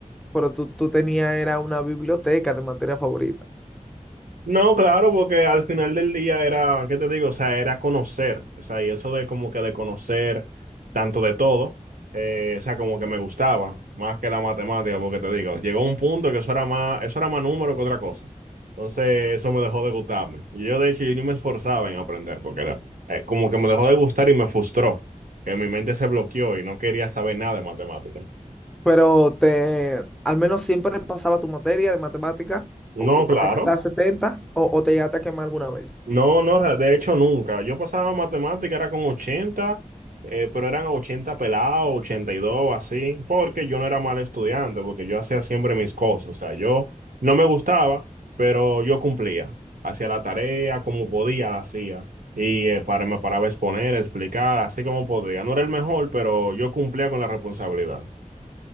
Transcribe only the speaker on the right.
No, claro, porque al final del día era, ¿qué te digo? O sea, era conocer, o sea, y eso de como que de conocer tanto de todo, eh, o sea, como que me gustaba más que la matemática, porque te digo, llegó un punto que eso era más, eso era más número que otra cosa. Entonces, eso me dejó de gustarme. Y Yo, de hecho, yo ni me esforzaba en aprender, porque era, eh, como que me dejó de gustar y me frustró, que mi mente se bloqueó y no quería saber nada de matemática.
No,
claro.
No, no, re- de hecho nunca. Yo pasaba matemática, era con 80, eh, pero eran 80 pelados, 82, así, porque yo no era mal estudiante, porque yo hacía siempre mis cosas. O sea, yo no me gustaba, pero yo cumplía. Hacía la tarea como podía, la hacía. Y eh, para, me paraba a exponer, a explicar, así como podía. No era el mejor, pero yo cumplía con la responsabilidad.